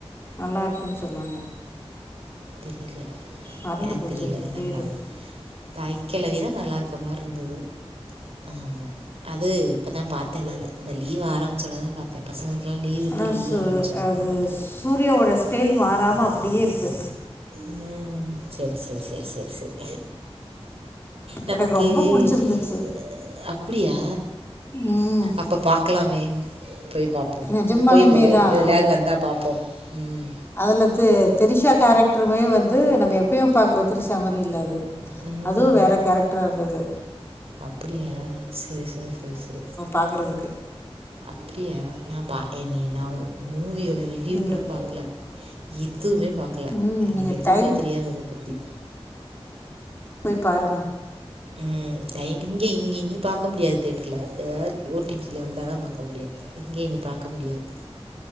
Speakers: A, on the left; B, on the right.
A: நல்லாருக்குன்னு சொன்னாங்க
B: தெரில
A: மறந்து
B: எனக்கு
A: போச்சு
B: தெரில
A: அது
B: என்ன
A: பேர்
B: படனு தாய்க்கெழவிதா நல்லா இருக்க மார்ருந்தது ஆமா அது இப்பதா பாத்த நானு இந்த லீவ் ஆரம்பிச்சோன்னதா பாத்த பசங்களுக்குலாம் லீவ் விட்டு
A: ஆனால்
B: லீவ்
A: சு
B: ஆரம்பிச்சோனாதா
A: அது
B: பாத்த
A: சூர்யாவோட ஸ்டெய்ல் மாறாம அப்டியே இருக்கு
B: ம் செரி செரி செரி செரி செரி நமக்கு
A: எனக்கு ரொம்ப பிடிச்சிருந்துச்சு
B: அ அப்டியா
A: ம்,
B: அப்ப பாக்கலாமே போய் பாப்போ
A: நிஜமாலுமே
B: இப்போ இல்ல
A: தான்
B: எதுலயாவது வந்தா பாப்போ ம்
A: அதலத்து திரிஷா கேரக்டருமே வந்து நம்ம எப்பயும் பாக்குற திரிசா மாரி இல்ல அது
B: ம்
A: அதுவு வேற கேரக்டரா இருந்தது
B: அப்டியா செரி செரி செரி செரி
A: பாக்குறதுக்கு
B: அப்டியா நா பாக்கல <unintelligible> மூவியோட ரிவ்யூ
A: நீங்கள்
B: கூட பாக்கல எதுமே பாக்கல
A: ம்
B: எனக்கு
A: நீங்கள்
B: எதுவுமே
A: டைம்
B: தெரியாது அத பத்தி
A: போய் பாருங்க
B: ம் டைம் இங்க இங்கினி பாக்க முடியாது தியேட்டர்ல ஏதாவது ஓடிடில வந்தாதா பாக்க முடியு இங்க இனி பாக்க முடியாது